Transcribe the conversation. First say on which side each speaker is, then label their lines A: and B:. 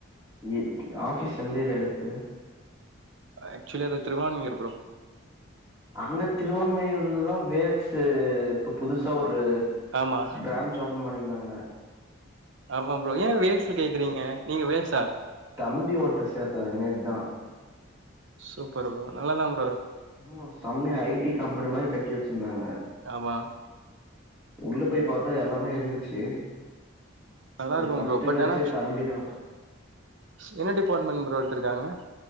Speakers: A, on the right (about 15°); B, on the right (about 60°).
A: எங்கெருக்கு ஆஃபீஸ் எந்த ஏரியால இருக்கு
B: ஆக்சுவ்லா அது திருவான்யூர் ப்ரோ
A: அங்க திருவான்மையூர்லதா வேல்ஸு இப்ப புதுசா ஒரு
B: ஆமா
A: ப்ரான்ச் ஓப்பன் பண்ணிருந்தாங்க
B: ஆமா ப்ரோ ஏ வேல்ஸு கேக்குறீங்க நீங்க வேல்ஸா
A: தம்பி ஒருத்த சேத்தா நேத் தா
B: சூப்பர் ப்ரோ நல்லாதாங்
A: ம் செம்மையா ஐ டி கம்பெனி மாரி கட்டி வெச்சிருந்தாங்க
B: ஆமா
A: உள்ள போய் பாத்தா எல்லாமே இருந்துச்சு
B: அதெல்லா
A: சரி
B: இருக்கு
A: ஃபர்ஸ்ட்டு
B: ப்ரோ பட்
A: பேட்ச்சே
B: ஆனா
A: தம்பி தா
B: ஃப் என்ன டிபார்ட்மெண்ட் ப்ரோ இருக்காங்க